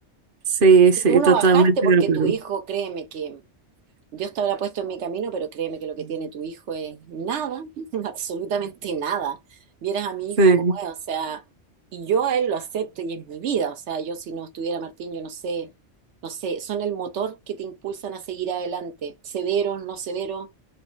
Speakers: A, on the right; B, on the right.
A: Sí, sí,
B: Y tú no
A: totalmente
B: bajaste porque
A: de acuerdo.
B: tu hijo, créeme que Dios te habrá puesto en mi camino, pero créeme que lo que tiene tu hijo es nada, <laughs> absolutamente nada. Vieras a mi hijo
A: Sí,
B: como es, o sea, y yo a él lo acepto y es mi vida, o sea, yo si no estuviera Martín, yo no sé, no sé, son el motor que te impulsan a seguir adelante, severos, no severos,